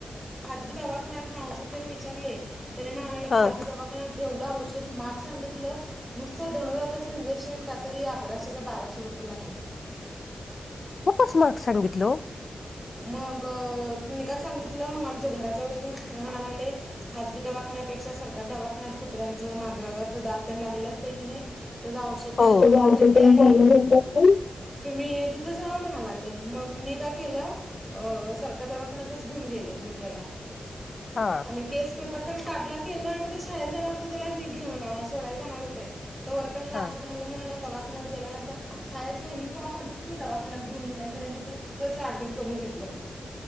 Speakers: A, in the centre; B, on the left.
A: खाजगी दवाखान्यात ना औषध त्यांने विचारले त ला
B: हा
A: खजगी दवाखाण्यात जेवढं औषध महाग सांगितलं नुसतं धणुराताचं इंजेक्शन काहीतरी अकराशे काय बाराशे रुपयेला आहे
B: खूपच महाग सांगितलं ओ
A: मग मी काय सांगितलं मग आमच्या घराच्या जवळच चल म्हणालाले खाजगी दवाखान्यापेक्षा सरकार दवाखान्यात कुत्र्यांचं मांजरावरच दात त्यां लागलं असते की नाही त्याचं औषध तेन
B: ओ
A: चांगलं
B: हो
A: भेटतय आणि तुम्ही तिथं जावा हणालाले मग मी काय केलं सरकारी दवाखान्यातच घेऊन गेले मुलग्याला
B: हा
A: आणि केस पेपर तेन काढला केलं आणि ते शाळेला जाणार होत त्याला मी घेऊन सोडायला जाणार होते तर वर का हे असं
B: हा
A: झालं म्हणून दवाखान्यात गेल्यानंतर शाळेच्या युनिफॉर्म मध्ये दवाखान्यात घेऊन गेल्यानंतरच ऍडमिट करून घेतलं